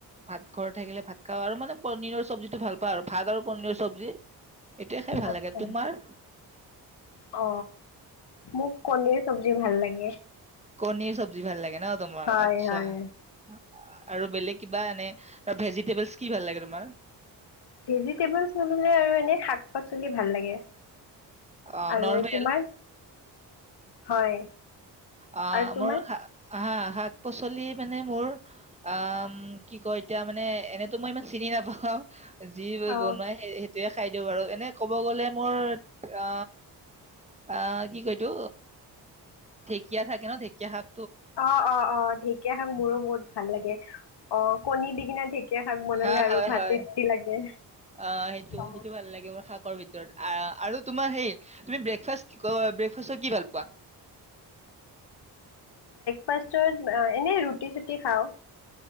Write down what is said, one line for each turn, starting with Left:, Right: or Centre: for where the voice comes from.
Right: ভাত ঘৰ থাকিলে ভাত খাওঁ আৰু মানে পনীৰৰ চব্জিটো ভাল পাওঁ আৰু ভাত আৰু পনীৰৰ চব্জি। এতিয়া খাই ভাল
Left: আচ্ছা
Right: লাগে, তোমাৰ?
Left: অ মোক কণীৰ চব্জি ভাল লাগে।
Right: কণীৰ চব্জি ভাল লাগে। ন তোমাৰ
Left: হয়
Right: আচ্ছা
Left: হয়
Right: আৰু বেলেগ কিবা এনে ভেজিটেবলছ কি ভাল লাগে তোমাৰ?
Left: ভেজিটেবলছ বনে আৰু এনে শাক পাচলি ভাল লাগে।
Right: অ
Left: আৰু
Right: নৰমেল।
Left: তোমাৰ হয়।
Right: অ
Left: আৰু তোমাৰ
Right: মোৰ সা আহা শাক-পাচলি মানে মোৰ আ কি কয় এতিয়া মানে এনেতো মই ইমান চিনি নাপাওঁ যি
Left: অ
Right: বনাই সেই সেই তেয় খাই দিওঁ বাৰু এনে কব গলে মোৰ অ অ কি কয় এইটো ঢেঁকীয়া থাকে ন ঢেঁকীয়া শাক
Left: অ অ অ ঢেঁকীয়া শাক মোৰো বহুত ভাল লাগে। অ কণী দি কিনে ঢে ঢেঁকীয়া শাক বনালে
Right: হা
Left: আৰু
Right: হয়
Left: ভাত
Right: হয়
Left: টেষ্টি লাগে।
Right: অ সেইটো
Left: অ
Right: সেইটো ভাল লাগে মোৰ শাকৰ ভিতৰত আ আ আৰু তোমাৰ সেই তুমি ব্ৰেকফাষ্ট কি ক ব্ৰেকফাষ্টত কি ভাল পোৱা?
Left: ফাৰ্ষ্টত এনেই ৰুটি চুটি খাওঁ।